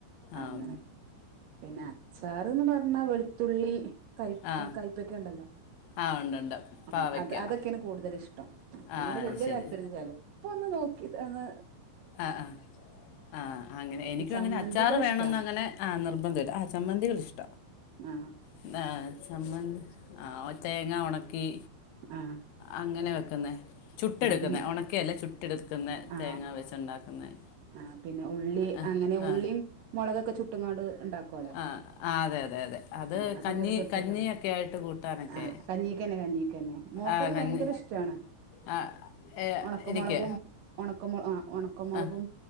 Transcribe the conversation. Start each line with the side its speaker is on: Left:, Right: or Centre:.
Right: അങ്ങനെ
Left: ആം
Right: പിന്നെ അച്ചാർ എന്ന് പറഞ്ഞാ വെളുത്തുള്ളി കൈ
Left: ആ
Right: കയ്പ്പക്കെ ഉണ്ടല്ലോ
Left: ആ ഉണ്ട് ഉണ്ട്
Right: ആഹ്
Left: പാവയ്ക്ക
Right: അത് അതൊക്കെയാണ് കൂടുതൽ ഇഷ്ടം. ഇതിനോട്
Left: ആ
Right: വല്യ
Left: ശരി
Right: താല്പര്യംന്നും ഇല്ലാലോ ഇപ്പൊ ഒന്ന് നോക്കിയതാണ്
Left: അഹ് ആഹ് ആ അങ്ങനെ എനിക്കും
Right: ഈ ചമ്മന്തികൾ
Left: അങ്ങനെ അച്ചാറ് വേണംന്ന്
Right: ഇഷ്ടാണ്
Left: അങ്ങന ആ നിർബന്ധമില്ല ചമ്മന്തികള് ഇഷ്ട
Right: ആഹ്.
Left: പിന്നെ ചമ്മന്തി ആ തേങ്ങ ഉണക്കി
Right: ആഹ്
Left: അങ്ങനെ വെക്കുന്ന ചുട്ടെടുക്കുന്ന
Right: പിൻ
Left: ഉണക്കിയല്ല ചുട്ടെടുക്കുന്നത്.
Right: ആ
Left: തേങ്ങ വെച്ചുണ്ടാക്കുന്നത്.
Right: ആ പിന്നെ ഉള്ളി
Left: ആ
Right: അങ്ങനെ ഉള്ളിയും
Left: ആ
Right: മുളകൊക്കെ ചുട്ടുങ്ങാണ്ട് ഉണ്ടാക്കുവല്ലോ.
Left: ആ ആ അതെ അതെ അതെ അത്
Right: ആഹ് അതും
Left: കഞ്ഞി
Right: പ്രത്യേകത
Left: കഞ്ഞിയൊക്കെ ആയിട്ട് കൂട്ടാനൊക്കെ
Right: ആ കഞ്ഞീക്കന്നെ കഞ്ഞീക്കന്നെ മോക്ക്
Left: ആ
Right: അത്
Left: കഞ്ഞി
Right: ഭയങ്കര ഇഷ്ടാണ്
Left: ആ ഏ,
Right: ഒണക്കമുളകും
Left: എനിക്ക്
Right: ഒണക്ക ആ ഒണ ക്കമുളകും
Left: ആ